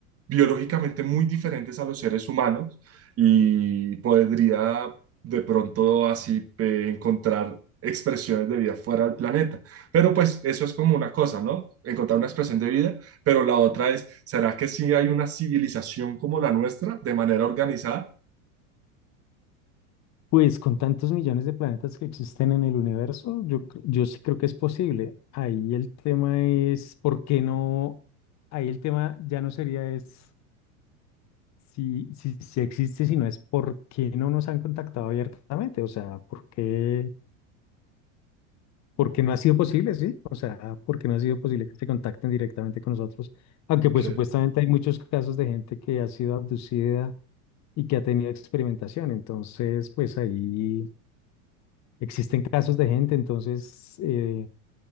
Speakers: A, on the right; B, on the left.
A: biológicamente muy diferentes a los seres humanos y podría de pronto así eh, encontrar expresiones de vida fuera del planeta. Pero pues eso es como una cosa, ¿no? Encontrar una expresión de vida, pero la otra es, ¿será que sí hay una civilización como la nuestra de manera organizada?
B: Pues con tantos millones de planetas que existen en el universo, yo, cre- yo sí creo que es posible. Ahí el tema es, ¿por qué no? Ahí el tema ya no sería es si, si, si existe, sino es por qué no nos han contactado abiertamente. O sea, ¿por qué, por qué no ha sido posible, sí? O sea, ¿por qué no ha sido posible que se contacten directamente con nosotros? Aunque
A: Ok,
B: pues supuestamente hay muchos casos de gente que ha sido abducida y que ha tenido experimentación. Entonces, pues ahí... Existen casos de gente, entonces eh,